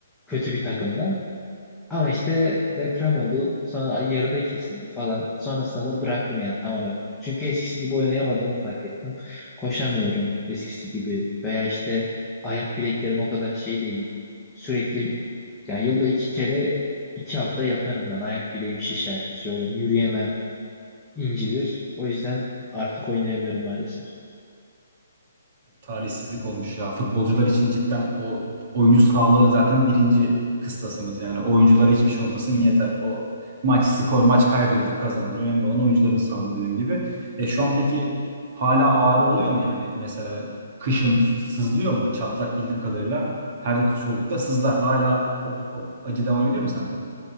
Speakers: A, in the centre; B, on the right (about 45°).
A: kötü bir takımda. Ama işte deprem oldu. Sonra yarıda kesildi falan. Sonrasında da bıraktım yani tamamen. Çünkü eskisi gibi oynayamadığımı fark ettim. Koşamıyorum eskisi gibi. Veya işte ayak bileklerim o kadar şey değil. Sürekli yani yılda iki kere iki hafta yatarım ben. Ayak bileğim şişer, şey olur, yürüyemem, incilir. O yüzden artık oynayamıyorum maalesef.
B: talihsizlik olmuş ya. Futbolcular için cidden o oyuncu sağlığı zaten birinci kıstasımız. Yani oyunculara hiçbir şey olmasın yeter. O maç skor, maç kaybedilir, kazanılır. Önemli olan oyuncuların sağlığı dediğim gibi. E şu an peki hala ağrı oluyor mu yani? Mesela kışın sızlıyor mu? O çatlak bildiğim kadarıyla her soğukta sızlar. Hala o acı devam ediyor mu sende?